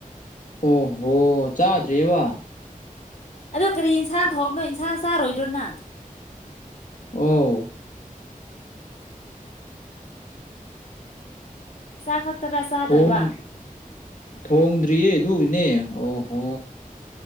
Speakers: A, on the left (about 60°); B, on the left (about 80°).
A: ꯑꯣꯍꯣ ꯆꯥꯗ꯭ꯔꯦꯕ
B: ꯑꯗꯨ ꯀꯔꯤ ꯌꯦꯟꯁꯥꯡ ꯊꯑꯅꯣ ꯏꯟꯁꯥꯡ ꯆꯥꯔꯣꯏꯗ꯭ꯔꯣꯅ
A: ꯑꯣ
B: ꯆꯥꯛ ꯈꯛꯇꯔ ꯆꯥꯗꯣꯏꯕ
A: ꯊꯣꯡ ꯊꯣꯡꯗ꯭ꯔꯤꯌꯦ ꯑꯗꯨꯒꯤꯅꯦ ꯑꯣꯍꯣ